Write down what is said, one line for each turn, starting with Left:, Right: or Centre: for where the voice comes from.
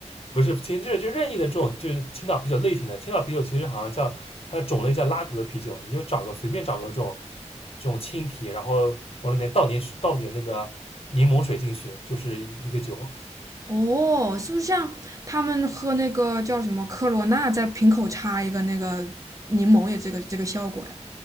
Left: 不是，其实这就任意的这种就是青岛啤酒类型的，青岛啤酒其实好像叫它的种类叫拉格啤酒，你就找个随便找个这种这种青啤，然后往里面倒点倒点那个柠檬水进去，就是一个酒。
Right: 哦，是不是像他们喝那个叫什么科罗娜，在瓶口插一个那个柠檬也这个这个效果呀？